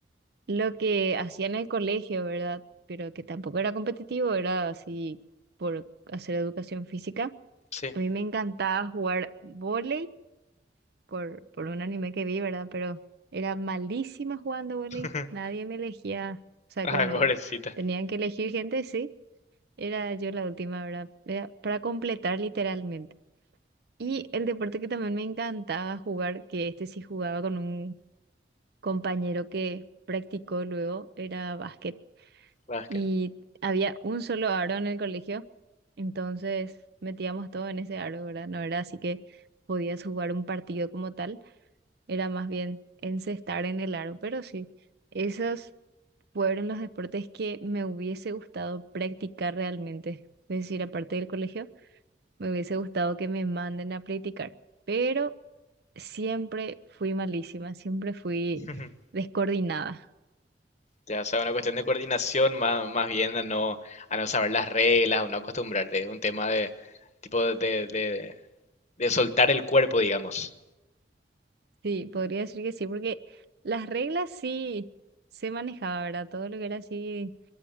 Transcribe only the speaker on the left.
Sí.
<laughs>
Ay,
pobrecita.
Básquet.
<laughs>
Ya, o sea, una cuestión de coordinación más, más bien a no, a no saber las reglas o no acostumbrarte. Es un tema de tipo de, de, de- de soltar el cuerpo, digamos.